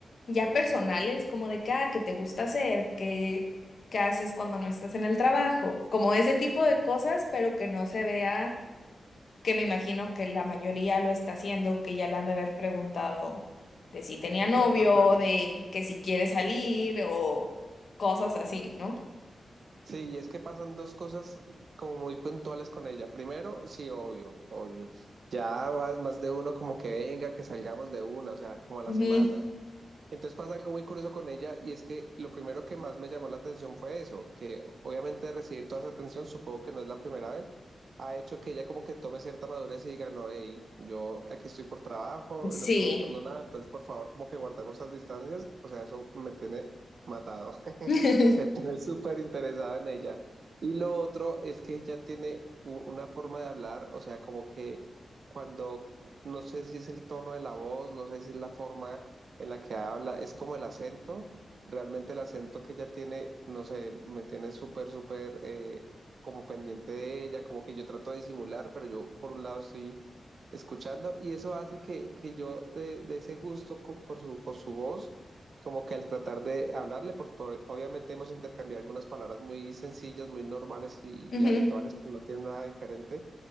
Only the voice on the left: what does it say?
ya personales, como de qué, ah, qué te gusta hacer, qué, qué haces cuando no estás en el trabajo, como ese tipo de cosas, pero que no se vea, que me imagino que la mayoría lo está haciendo, que ya le han de haber preguntado de si tenía novio,
de que si quiere salir o cosas así, ¿no?
Ujú,
Sí.
<laughs>
Ujú,